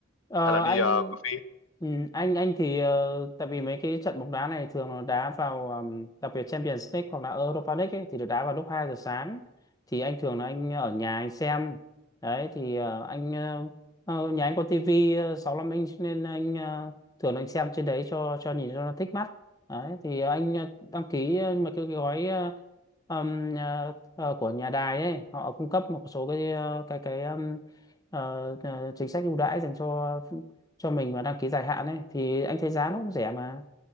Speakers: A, on the left; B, on the left.
A: Ờ,
B: Hay là đi
A: anh
B: ờ, cà phê?
A: ừ, anh anh thì ờ, tại vì mấy cái trận bóng đá này thường nó đá vào ừm, đặc biệt Champions League hoặc là Europa League ấy, thì được đá vào lúc hai giờ sáng thì anh thường là anh ở nhà anh xem đấy thì ờ, anh ờ, ờ, nhà anh có tivi 65 inch nên anh ờ, thường là anh xem trên đấy cho cho nhìn cho nó thích mắt đấy thì anh ờ, đăng ký ờ, một cái, cái gói ờ, ừm, ờ, ờ, của nhà đài ấy họ cung cấp một số cái ờ, cái cái ờ, ờ, chính sách ưu đãi dành cho cho mình mà đăng ký dài hạn ấy thì anh thấy giá nó cũng rẻ mà